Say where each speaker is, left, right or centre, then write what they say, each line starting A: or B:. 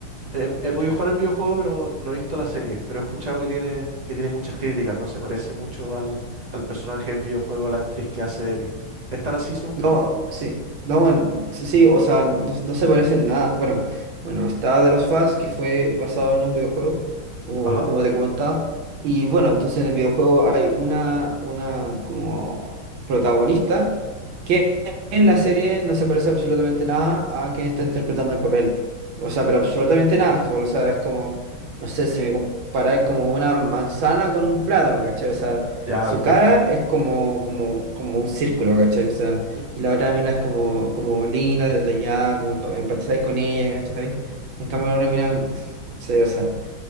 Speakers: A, on the right; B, on the right.
A: He, he podido jugar el videojuego, pero no he visto la serie. Pero he escuchado que tiene, que tiene muchas críticas. No se parece mucho al, al personaje del videojuego, la actriz que hace Ellie. ¿Están así según
B: No,
A: tú?
B: sí. No, n- sí, o sea, no, no- no se parece en nada. Bueno, bueno, está de los Us, que fue basado en un videojuego, como,
A: Ajá.
B: como te comentaba. Y bueno, entonces en el videojuego hay una, una como protagonista que en la serie no se parece absolutamente nada a quien está interpretando el papel. O sea, pero absolutamente nada, José Pablo. O sea, es como, no sé, si me comparáis como una manzana con un plátano, ¿cachai? O sea,
A: Ya,
B: su
A: perfecto.
B: cara es como, como, como un círculo, ¿cachai? O sea
A: Claro,
B: y la otra mina es como, como linda desde como pa- empatizar con ella, ¿cachai? En cambio la otra mina, <sighs> <laughs> sí, o sea,